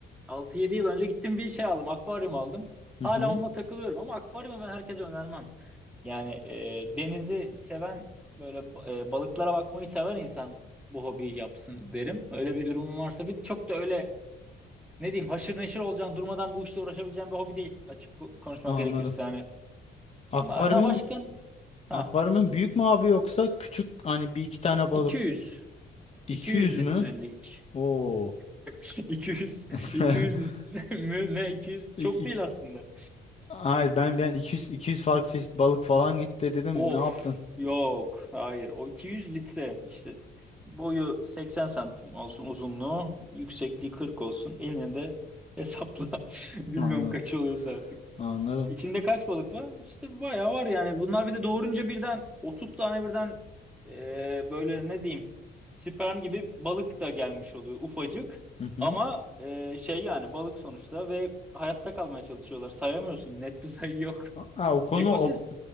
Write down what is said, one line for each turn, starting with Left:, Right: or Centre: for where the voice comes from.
Centre: altı yedi yıl önce gittim bir şey aldım. Akvaryum aldım.
Left: Hı
Centre: Hala
Left: hı,
Centre: onunla takılıyorum ama akvaryumu ben herkese önermem. Yani e, denizi seven böyle e, balıklara bakmayı seven insan bu hobiyi yapsın derim. Öyle bir durumun varsa bir de çok da öyle ne diyeyim haşır neşir olacağın durmadan bu işte uğraşabileceğin bir hobi değil. Açık ko- konuşmak
Left: anladım.
Centre: gerekirse hani.
Left: Akvaryumun
Centre: Ma- Na başka ha
Left: akvaryumun büyük mü abi yoksa küçük hani bir iki tane balık
Centre: 200 200
Left: 200 mü?
Centre: litrelik
Left: Oo.
Centre: <laughs> 200
Left: <laughs>
Centre: 200 mü ne 200 çok
Left: İk- ik-
Centre: değil aslında.
Left: Hayır ben ben 200 200 farklı çeşit balık falan gitti dedim.
Centre: Of
Left: Ne yaptın?
Centre: yok hayır o 200 litre işte boyu 80 santim olsun uzunluğu yüksekliği 40 olsun enine de hesapla <laughs> bilmiyorum
Left: Anladım.
Centre: kaç oluyorsa artık.
Left: Anladım.
Centre: İçinde kaç balık var? İşte bayağı var yani bunlar bir de doğurunca birden 30 tane birden e, böyle ne diyeyim sperm gibi balık da gelmiş oluyor ufacık.
Left: Hı hı.
Centre: Ama e, şey yani balık sonuçta ve hayatta kalmaya çalışıyorlar sayamıyorsun net bir sayı yok.
Left: Ha, o konu
Centre: Ekosistem,
Left: o,